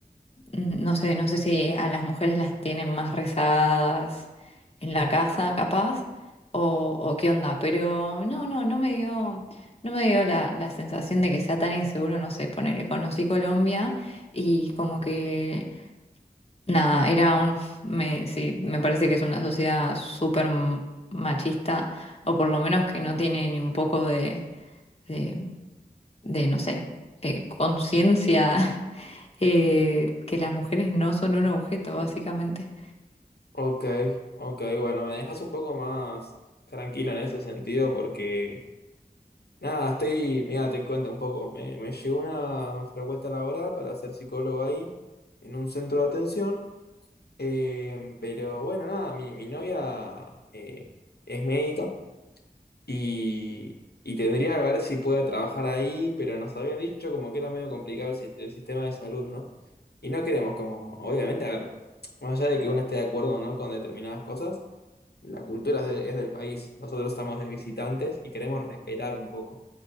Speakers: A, on the left; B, on the left.
A: No sé, no sé si a las mujeres las tienen más rezagadas en la casa, capaz, o, o qué onda, pero no, no, no me dio, no me dio la, la sensación de que sea tan inseguro, no sé, ponele, conocí Colombia y como que, nada, era un, me, sí, me parece que es una sociedad súper m- machista, o por lo menos que no tiene ni un poco de, de, de, no sé, eh, conciencia eh, que las mujeres no son un objeto, básicamente.
B: Ok, ok, bueno, me dejas un poco más tranquilo en ese sentido porque, nada, estoy, mira, te cuento un poco, me, me llegó una propuesta laboral para ser psicólogo ahí, en un centro de atención, eh, pero bueno, nada, mi, mi novia eh, es médica, Y, y tendría que ver si pueda trabajar ahí, pero nos habían dicho como que era medio complicado el, sis- el sistema de salud, ¿no? Y no queremos como, obviamente, a ver, más allá de que uno esté de acuerdo o no con determinadas cosas, la cultura es, de- es del país, nosotros estamos de visitantes y queremos respetar un poco.